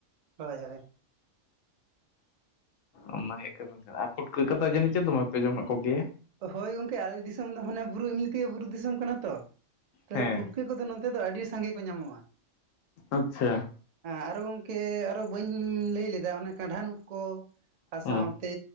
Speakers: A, on the right (about 85°); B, on the left (about 80°).
A: ᱦᱳᱭ ᱦᱳᱭ
B: ᱚᱱᱟ ᱦᱩᱭᱩᱜ ᱠᱟᱱᱟ ᱟᱨ ᱯᱩᱴᱠᱟᱹ ᱠᱚᱫᱚ ᱡᱟᱹᱱᱤᱡ ᱪᱚ ᱫᱚᱢᱮᱯᱮ ᱡᱚᱢᱮᱫ ᱠᱚᱜᱮᱭᱟ?
A: ᱦᱳᱭ ᱜᱚᱝᱠᱮ ᱟᱞᱮ ᱫᱤᱥᱚᱢ ᱫᱚ ᱦᱟᱱᱮ ᱵᱩᱨᱩ ᱮᱢᱱᱤ ᱛᱮᱜᱮ ᱵᱩᱨᱩ ᱫᱤᱥᱚᱢ ᱠᱟᱱᱟ ᱛᱚ ᱛᱟᱦᱞᱮ
B: ᱦᱮᱸ
A: ᱯᱩᱴᱠᱟᱹ ᱠᱚᱫᱚ ᱱᱚᱱᱛᱮ ᱫᱚ ᱟᱹᱰᱤ ᱥᱟᱸᱜᱮ ᱠᱚ ᱧᱟᱢᱚᱜᱼᱟ᱾
B: ᱟᱪᱪᱷᱟ
A: ᱦᱮᱸ ᱟᱨᱚ ᱜᱚᱝᱠᱮ ᱟᱨᱚ ᱵᱟᱹᱧ ᱞᱟᱹᱭ ᱞᱮᱫᱟ ᱚᱱᱟᱮ ᱠᱟᱸᱰᱷᱟᱱ ᱩᱫ ᱠᱚ ᱟᱨ
B: ᱦᱮᱸ
A: ᱥᱟᱶᱛᱮ